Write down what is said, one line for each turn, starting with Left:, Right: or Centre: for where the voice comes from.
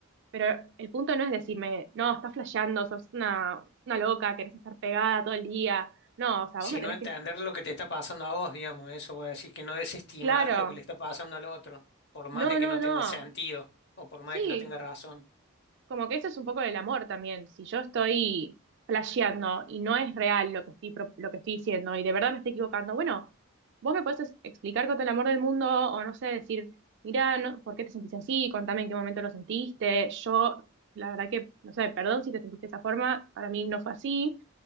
Right: pero el punto no es decirme, no, estás flasheando, sos una, una loca, querés estar pegada todo el día. No, o sea,
Left: Si
Right: vos me
Left: no
Right: tenés
Left: entender
Right: que...
Left: lo que te está pasando a vos, digamos, eso voy a decir, que no desestimar
Right: Claro,
Left: lo que le está pasando al otro, por más
Right: no,
Left: de que
Right: no,
Left: no
Right: no.
Left: tenga sentido o por más
Right: Sí,
Left: de que no tenga razón.
Right: Como que eso es un poco del amor también. Si yo estoy flasheando y no es real lo que estoy, pro- lo que estoy diciendo y de verdad me estoy equivocando, bueno, vos me podés es- explicar con todo el amor del mundo o no sé, decir, mira, no, ¿por qué te sentís así? Contame en qué momento lo sentiste. Yo, la verdad que, no sé, perdón si te sentiste de esa forma, para mí no fue así.